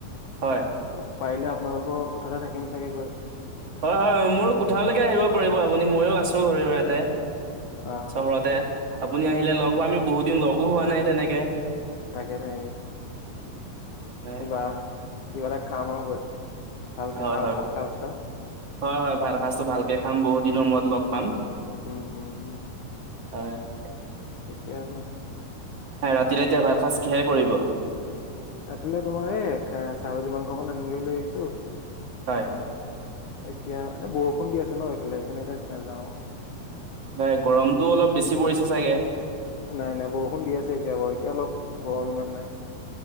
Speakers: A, on the right (about 45°); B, on the left (about 70°).
A: হয়।
B: অলপ পাৰিলে আপোনালোকৰ কোঠাতে থাকিম চাগে গৈ।
A: হয় হয় মোৰ কোঠালৈকে আহিব পাৰিব আপুনি ময়ো আছো আৰু ইয়াতে
B: আহ
A: চহৰতে। আপুনি আহিলে লগ পাম আমি বহুত দিন লগো হোৱা নাই তেনেকে।
B: তাকে <unintelligible>
A: হয়
B: কিবা, কিবা এটা খাম আৰু গৈ। ভালকে
A: হয়
B: খা
A: হয়
B: ভাত খাচ এটা।
A: হয় হয় ভাত সাজটো ভালকে খাম বহুত দিনৰ মূৰত লগ পাম।
B: উম উম হম হম
A: হয় হয়।
B: ঠিকে আছে।
A: হে ৰাতিলে এতিয়া ভাল সাঁজ কিহে কৰিব?
B: ৰাতিলৈ তোমাৰ এই ছাগলী মাংসখন আনোগৈ বুলি আহিছো
A: হয়
B: এতিয়া, এই বৰষুণ দি আছে ন এইফালে সেইকাৰণে এতিয়া নাযাও
A: নাই গৰমতটো অলপ বেছি পৰিছে চাগে
B: নাই নাই বৰষুণ দি আছে এতিয়াবাৰু, এতিয়া অলপ গৰম ইমান নাই